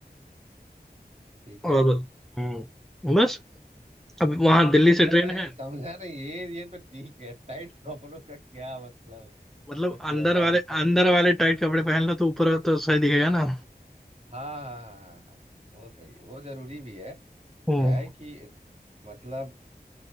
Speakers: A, on the right; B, in the centre.
A: ठीक
B: और
A: है
B: हम्म, बस अब वहां दिल्ली
A: मतलब
B: से ट्रेन
A: मैं ये
B: है
A: समझा नहीं ये ये तो ठीक है टाइट कपड़ों का क्या मतलब
B: मतलब
A: कुछ
B: अंदर
A: लॉजिक
B: वाले
A: है
B: अंदर
A: वो
B: वाले टाइट कपड़े पहन लो तो ऊपर तो सही दिखेगा ना
A: हाँ हाँ हाँ हाँ हाँ हाँ। वो सही है वो जरूरी भी है
B: हम्म
A: क्या है कि इत- मतलब